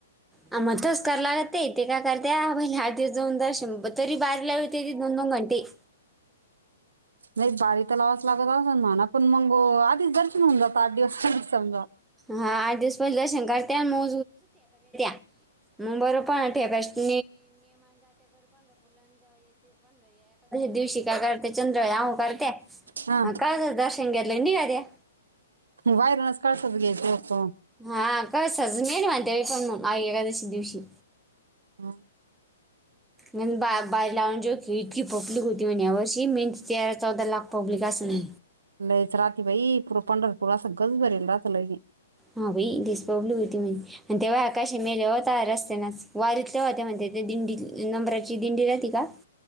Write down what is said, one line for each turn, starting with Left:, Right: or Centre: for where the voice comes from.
Centre: आ म तस करा लागते ते काय करत्या पहिले आठ दीवस जाऊन दर्शन ब तरी बाारी लावते ती दोन दोन घंटे.
Right: नई बारी त लावाच लागत असंन म्हणा पण मंग आधीच दर्शन होऊन जात आठ दिवस पइले समजा.
Centre: हां आठ दिवस पईले दर्शन करत्या न म <unintelligible> <unintelligible> पंधरा एकादशीच दिवशी काय करते चंद्र याहू करते. हं
Right: हा
Centre: कळसाच दर्शन घेतलंन नीघाल्या.
Right: बायरूनच कळसाच घ्यायचं फक्त
Centre: हा काय सजून येल म्हण त्या आई एकादशी दिवशी.
Right: ह
Centre: मीन बा बायेर लावून जे की इतकी पब्लिक होती म्हण या वर्षी मेन तेरा चौदा लाख पब्लिक आसंन
Right: लईच राहते बाई पूरं पंढरपुर असं गज भरेल रातलं की.
Centre: हां बई <unintelligible> म्हण तेव्हा काशी मेले हो तवा रस्त्यानेच वारीतले होते म्हण ते, ते दिंडी नंबराची दिंडी राहती का?